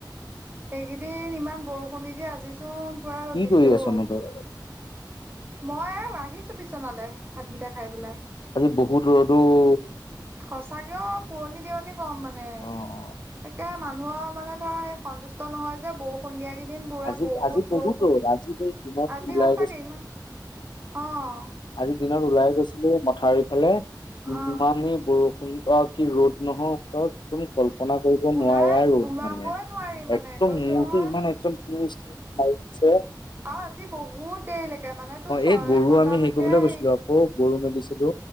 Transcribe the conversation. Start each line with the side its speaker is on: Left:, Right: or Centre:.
Right: এইকেইদিন ইমান বৰষুণ দি দি আজিচোন পুৰা ৰ'দ
Left: কি
Right: দিছে
Left: কৰি আছনো
Right: অ'।
Left: তই
Right: মই এ আহিছো বিচনালে ভাতকেইটা খাই পেলাই।
Left: আজি বহুত ৰ'দ অ'।
Right: সঁচাকেও পুৰণি দিয়নি গৰম মানে,
Left: অ',
Right: তাকে মানুহৰ মানে ধৰ সেই সন্তুষ্ট নহয় যে বৰষুণ দিয়া কেইদিন পুৰা
Left: আজি
Right: বহুত
Left: আজি
Right: বৰষুণ,
Left: ৰ'দ আজি এই দিনত
Right: আজি
Left: ওলাই
Right: সচাকে ইমান অ'।
Left: আজিৰ দিনত ওলাই গৈছিলো মথাউৰি ফালে, ইমানেই
Right: অ',
Left: বৰষু কি আ কি ৰ'দ নহয়। তুমি কল্পনা কৰিব
Right: ওলাই
Left: নোৱাৰাৰ ৰ'দ
Right: ওলাবই
Left: মানে,
Right: নোৱাৰি মানে
Left: একদম
Right: কৈছো
Left: মোৰটো
Right: নহয়।
Left: ইমান একদম বিষাইছে।
Right: আৰু আজি বহুত দেৰিলৈকে মানে তোৰ ছয়
Left: এই গৰু
Right: বজালৈকে
Left: আমি হেৰি কৰিবলৈ গৈছিলো
Right: হেৰি।
Left: অ', গৰু মেলিছিলো।